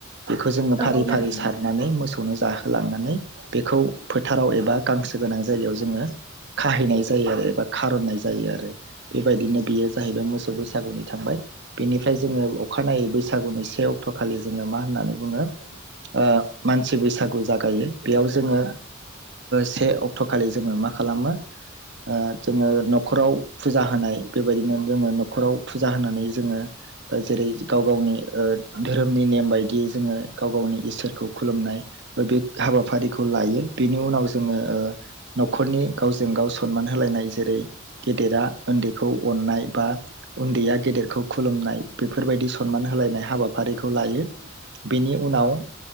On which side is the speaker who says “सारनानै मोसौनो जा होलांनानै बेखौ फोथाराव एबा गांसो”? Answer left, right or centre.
Right